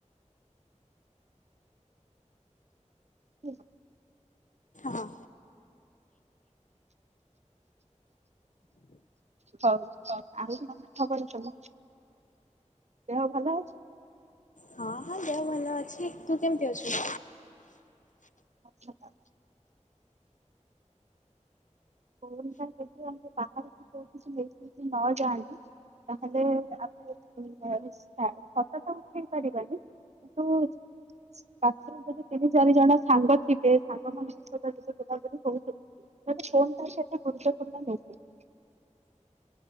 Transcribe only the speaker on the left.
ହଁ
ହଁ ହଁ ଦେହ ଭ ଭଲ ଅଛି ତୁ କେମିତି ଅଛୁ?